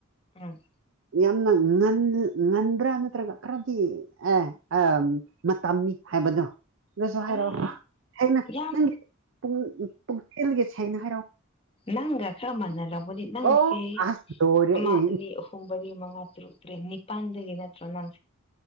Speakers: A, on the left; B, on the right.
A: ꯎꯝ
B: ꯌꯥꯝꯅ ꯉꯟꯕ꯭ꯔꯥ ꯅꯠꯇ꯭ꯔꯒ ꯈꯔꯗꯤ ꯑꯦ ꯃꯇꯝ ꯗꯨ ꯑꯗꯨꯁꯨ ꯍꯥꯏꯔꯛꯑꯣꯅ
A: ꯑꯦ ꯌꯥꯝ
B: ꯅꯪꯒꯤ ꯄꯨꯡ ꯄꯨꯡ ꯇꯦꯜꯒꯤꯁ ꯑꯩꯅ ꯍꯥꯏꯔꯛꯑꯣ
A: ꯅꯪꯒ ꯈꯔ ꯃꯥꯟꯅꯔꯒꯗꯤ ꯅꯪꯁꯦ
B: ꯑꯣ ꯑꯁ ꯂꯣꯏꯔꯦ
A: ꯑꯃ
B: ꯑꯦ
A: ꯑꯅꯤ ꯑꯍꯨꯝ ꯃꯔꯤ ꯃꯉꯥ ꯭ꯔꯦ ꯅꯤꯄꯥꯟꯗꯒꯤ ꯅꯠꯇ꯭ꯔ ꯅꯪ